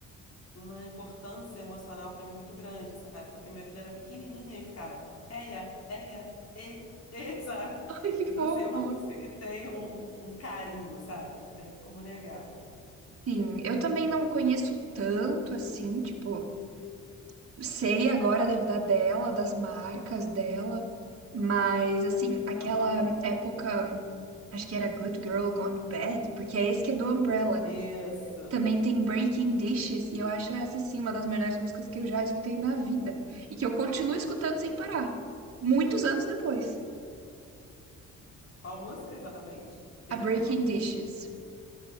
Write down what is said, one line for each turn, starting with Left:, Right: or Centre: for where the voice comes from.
Left: uma importância emocional pra mim muito grande, sabe? Porque minha filha era pequenininha e ficava eia, eia, e, e, <laughs> sabe?
Right: <laughs> Ai, que
Left: Então,
Right: fofo.
Left: assim, é uma música que tem um, um carinho, sabe? Não tem como negar,
Right: Sim, eu
Left: sabe?
Right: também não conheço tanto assim, tipo. Sei agora da vida dela, das marcas dela, mas assim, aquela
Left: Aham.
Right: época, acho que era Good Girl Gone Bad, porque é esse que é do Umbrella,
Left: Isso.
Right: né? Também tem Breaking Dishes, e eu acho essa sim uma das melhores músicas que eu já escutei na vida, e que eu continuo escutando sem parar, muitos anos depois.
Left: Qual música exatamente? Perdi
Right: A Breaking
Left: o nome.
Right: Dishes.